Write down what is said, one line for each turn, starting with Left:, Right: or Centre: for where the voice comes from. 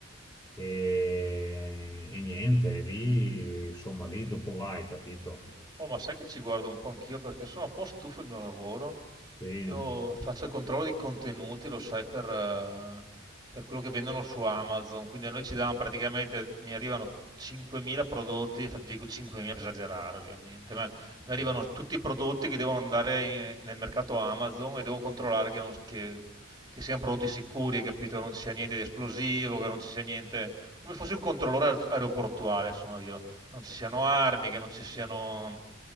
Left: e, e niente, lì, insomma, lì dopo vai, capito?
Right: Oh, ma sai che ci guardo un po' anch'io perché sono un po' stufo del mio lavoro.
Left: Sì.
Right: Io faccio il controllo di contenuti, lo sai, per, eh, per quello che vendono su Amazon. Quindi a noi ci danno praticamente, mi arrivano 5.000 prodotti, infatti dico 5.000 per esagerare ovviamente, ma mi arrivano
Left: Sì.
Right: tutti i prodotti che devono andare in- nel mercato Amazon e devo controllare che, non- che- che siano prodotti sicuri, hai capito? Non ci sia niente di esplosivo, che non ci sia niente... Come fosse un controllore aer- aeroportuale sono io non ci siano armi, che non ci siano